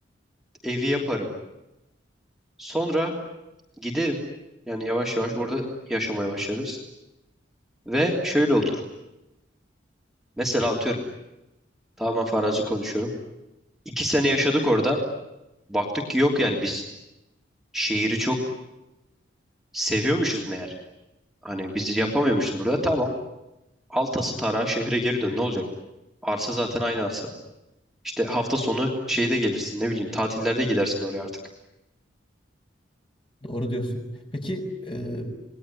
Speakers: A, in the centre; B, on the left.
A: evi yaparım. Sonra giderim. Yani yavaş yavaş orada yaşamaya başlarız. Ve şöyle olur. Mesela atıyorum. Tamamen farazi konuşuyorum. İki sene yaşadık orada. Baktık ki yok yani biz şehri çok seviyormuşuz meğer. Hani bizi yapamıyormuşuz burada. Tamam. Al tası tarağı şehre geri dön. Ne olacak? Arsa zaten aynı arsa. İşte hafta sonu şeyde gelirsin ne bileyim tatillerde gidersin oraya artık.
B: Doğru diyorsun. Peki e,